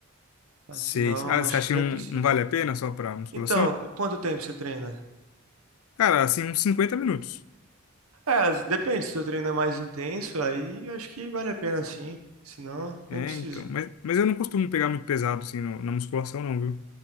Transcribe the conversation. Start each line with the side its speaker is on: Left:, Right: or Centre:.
Right: Ah,
Left: Seis.
Right: senão,
Left: Ah,
Right: acho
Left: você acha
Right: que
Left: que
Right: nem
Left: não,
Right: precisa.
Left: não vale a pena só pra musculação?
Right: Então, quanto tempo você treina?
Left: Cara, assim, uns 50 minutos.
Right: É, as- depende, se o treino é mais intenso, aí acho que vale a pena sim. Se não,
Left: É,
Right: nem precisa.
Left: então, mas, mas eu não costumo pegar muito pesado assim no- na musculação não, viu?